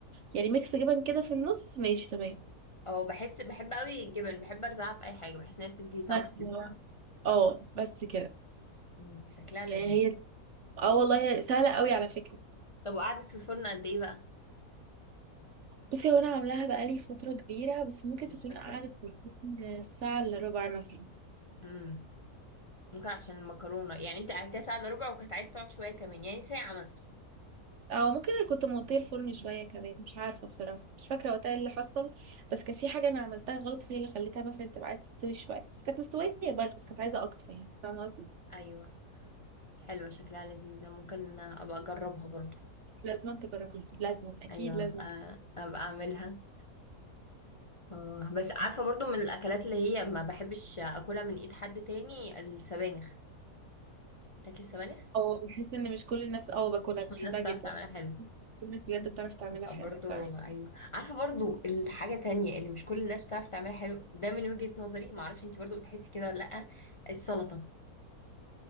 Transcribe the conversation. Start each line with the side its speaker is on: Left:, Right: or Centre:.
Right: يعني ميكس جبن كده في النص ماشي تمام
Left: اه بحس بحب قوي الجبن بحب ارزعها في اي حاجه بحس انها بتدي طعم
Right: بس
Left: حلو
Right: اه بس كده
Left: امم شكلها لذيذ
Right: يعني هي اه والله سهله قوي على فكره
Left: طب وقعدت في الفرن قد ايه بقى
Right: بصي هو انا عاملاها بقالي فترة كبيرة بس ممكن
Left: مش
Right: تكون
Left: فاكره
Right: قعدت من ساعة الا ربع مثلا
Left: امم ممكن عشان المكرونه يعني انت قعدتيها ساعه الا ربع وكانت عايز تقعد شويه كمان يعني ساعه مثلا
Right: او ممكن انا كنت موطيه الفرن شوية كمان مش عارفة بصراحة مش فاكرة وقتها إيه اللي حصل بس كانت في حاجة انا عملتها غلط هي اللي خليتها مثلا تبقى عايزة تستوي شوية بس كانت مستوية برضه بس كانت عايزة اكتر يعني فاهمة قصدي
Left: ايوه حلوة شكلها لذيذة ممكن أبقى أجربها برضو
Right: لازم تجربيها لازم اكيد
Left: أيوة
Right: لازم
Left: أبقى, أبقى أعملها آه، بس عارفة برضو من الأكلات اللي هي ما بحبش أكلها من إيد حد تاني السبانخ تاكلي السبانخ؟
Right: اه بحس ان مش كل الناس اه باكلها
Left: مش كل الناس
Right: بحبها
Left: بتعرف
Right: جدا
Left: تعملها حلو
Right: الناس بجد بتعرف تعملها
Left: بتبقى
Right: حلو
Left: برضو
Right: بصراحة
Left: أيوة عارفة برضو الحاجة تانية اللي مش كل الناس بتعرف تعملها حلو ده من وجهة نظري معرفش انتي برضو بتحسي كده ولا لأ السلطة